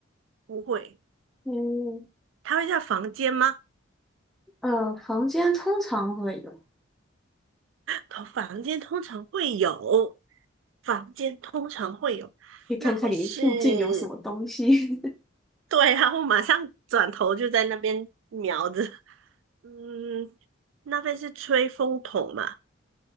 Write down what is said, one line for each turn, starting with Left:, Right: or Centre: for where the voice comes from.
Right: 不会，
Centre: 嗯
Right: 它会在房间吗？
Centre: 呃，房间通常会有，可
Right: 通房间通常会有，房间通常会有，
Centre: 以看看你附近有什么东西，
Right: 那会是，对然后马上转头就在那边瞄着，嗯，那会是吹风筒嘛？